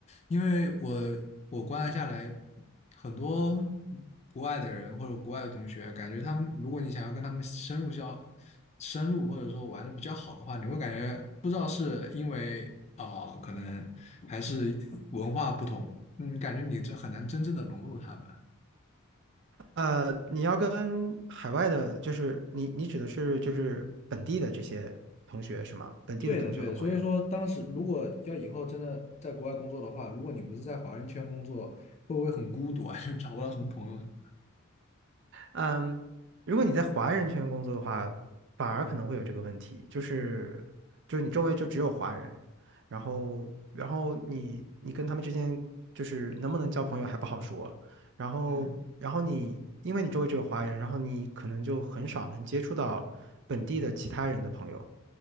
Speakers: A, on the left (about 30°); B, on the right (about 55°).
A: 因为我我观察下来，很多国外的人或者国外的同学，感觉他们，如果你想要跟他们深入交深入或者说玩的比较好的话，你会感觉不知道是因为啊、呃可能还是文化不同，嗯，感觉你这很难真正的融入他们。
B: 呃，你要跟海外的，就是你你指的是就是本地的这些同学是吗？本地的同学和朋友。
A: 对的，对的，所以说当时如果要以后真的在国外工作的话，如果你不是在华人圈工作，会不会很孤独啊？<laughs> 就是找不到什么朋友什么？
B: 嗯，如果你在华人圈工作的话，反而可能会有这个问题，就是就是你周围就只有华人，然后然后你你跟他们之间就是能不能交朋友还不好说，然后然后你因为你周围只有华人，
A: 嗯，
B: 然后你可能就很少能接触到本地的其他人的朋友，